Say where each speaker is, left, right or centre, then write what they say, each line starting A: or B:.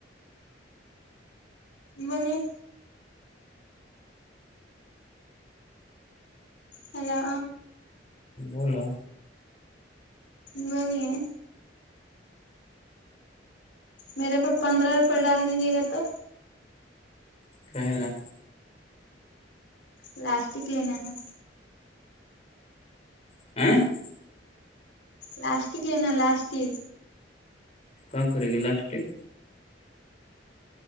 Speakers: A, on the left (about 80°); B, on the left (about 35°).
A: بولیے ہیلو
B: بولو
A: بولیے میرے کو پندرہ روپئے ڈال دیجیے گا تو
B: <inaudible>
A: للاسٹک لینا ہے
B: <inaudible>
A: لاسٹک لینا لاسٹ ہی
B: کیا کرے گی لسٹک